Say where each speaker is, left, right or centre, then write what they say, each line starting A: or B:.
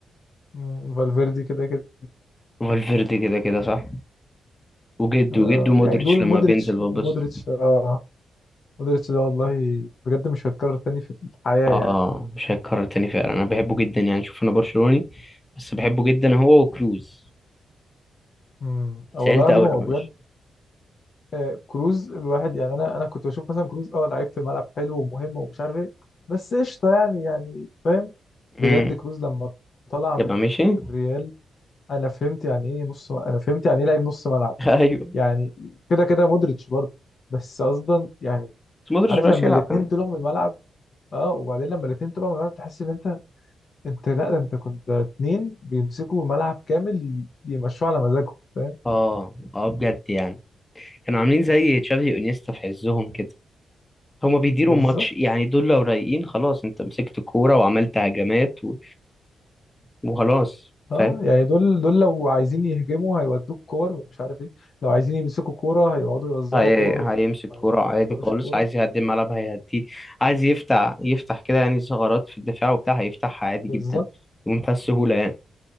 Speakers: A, on the left; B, on the left.
A: مم، فالفيردي كده كده
B: فالفيردي كده كده صح وجد
A: آه
B: وجد ومودريتش
A: يعني دول مودريتش
B: لما بينزل ببص
A: ومودريتش اه مودريتش ده والله بجد مش هيتكرر تاني في الحياة
B: اه
A: يعني
B: مش هيتكرر تاني فعلا انا بحبه جدا يعني شوف انا برشلوني بس بحبه جدا هو وكروز
A: مم، آه، والله
B: زعلت
A: العظيم
B: اول
A: هو
B: لما
A: بجد
B: مشي
A: آه، كروز الواحد يعني انا انا كنت بشوف مثلا كروز اه لعيب في الملعب حلو ومهم ومش عارف ايه بس قشطه يعني يعني فاهم
B: امم
A: بجد كروز لما طلع
B: يبقى
A: من
B: مشي
A: الريال انا فهمت يعني ايه نص انا فهمت يعني ايه لعيب نص ملعب
B: <laughs> ايوه
A: يعني كده كده مودريتش برضه بس قصدا يعني
B: بس مودريتش
A: عارف
B: مبقاش
A: لما
B: يلعب
A: الاثنين
B: كمان
A: طلعوا من الملعب اه وبعدين لما الاثنين طلعوا من الملعب تحس ان انت انت لا ده انت كنت ده اتنين بيمسكوا ملعب كامل يمشوه على مزاجهم فاهم
B: اه اه بجد يعني كانوا عاملين زي تشافي وانيستا في عزهم كده هما بيديروا
A: بالظبط
B: الماتش يعني دول لو رايقين خلاص انت مسكت الكورة وعملت هجمات و... وخلاص
A: اه
B: فاهم
A: يعني دول دول لو عايزين يهجموا هيودوك كور ومش عارف ايه لو عايزين يمسكوا كورة هيقعدوا يوزعوا
B: هي...
A: كور
B: هيمسك
A: وما
B: كورة عادي
A: يختاروش
B: خالص
A: كورة
B: عايز يهدي الملعب هيهديه عايز يفتح يفتح كده يعني ثغرات في الدفاع وبتاع هيفتحها عادي
A: بالظبط
B: جدا بمنتهى السهولة يعني